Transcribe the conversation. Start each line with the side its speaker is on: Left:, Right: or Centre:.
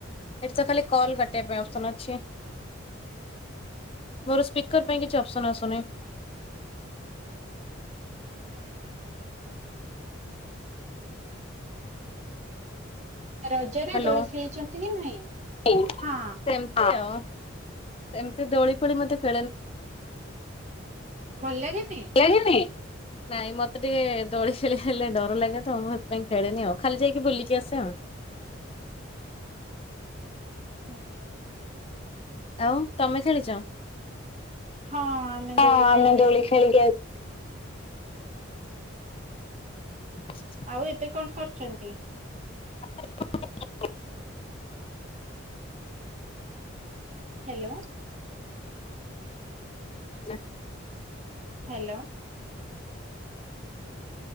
Left: ଏଠି ତ ଖାଲି କଲ୍ କଟିବା ପାଇଁ ଅପସନ୍ ଅଛି। ମୋର ସ୍ପିକର ପାଇଁ କିଛି ଅପସନ ଆସୁନାହିଁ।
Right: ଆଜ୍ଞା! ରଜରେ
Left: ହ୍ୟାଲୋ!
Right: ଦୋଳି ଖେଳିଛନ୍ତି କି ନାହିଁ?
Left: ସେମତି
Right: ହଁ
Left: ଅ ଏମିତି ଦୋଳି ଫୋଳି ମତେ <inaudible>
Right: ଭଲ ଲାଗେନି।
Left: ଲାଗେନି। ନାଇଁ ମତେ ଟିକେ ଦୋଳି ଖେଳି ହେଲେ ଡର ଲାଗେ ତ ମୁଁ ସେଥିପାଇଁ ଖେଳିନି ଆଉ ଖାଲି ଯାଇକି ବୁଲିକି ଆସେ ଆଉ
Right: ଆଜ୍ଞା!
Left: ଆଉ ତମେ ଖେଳିଛ।
Right: ହଁ ଆମେ
Left: ହଁ
Right: ଦୋଳି ଖେଳିକି
Left: ଆମେ ଦୋଳି
Right: ଆସ
Left: ଖେଳିକି ଆଇ ହ
Right: ଆଉ ଏବେ କଣ କରୁଛନ୍ତି?
Left: <inaudible>
Right: ହ୍ୟାଲୋ!
Left: ଆସିଚି।
Right: ହ୍ୟାଲୋ!